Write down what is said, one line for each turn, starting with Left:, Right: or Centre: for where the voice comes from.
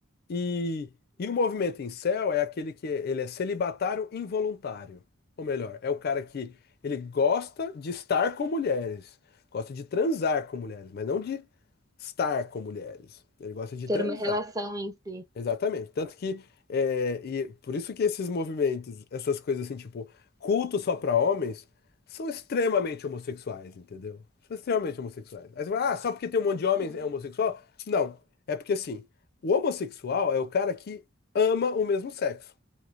Left: E, e o movimento incel é aquele que é- ele é celibatário involuntário. Ou melhor, é o cara que ele gosta de estar com mulheres, gosta de transar com mulheres, mas não de estar com mulheres. Ele gosta de
Right: Ter
Left: transar.
Right: uma relação em si.
Left: Exatamente. Tanto que é, e por isso que esses movimentos, essas coisas assim, tipo, culto só pra homens, são extremamente homossexuais, entendeu? São extremamente homossexuais. Aí você fala, ah, só porque tem um monte de homens
Right: Hum.
Left: é homossexual? Não. É porque assim, o homossexual é o cara que ama o mesmo sexo.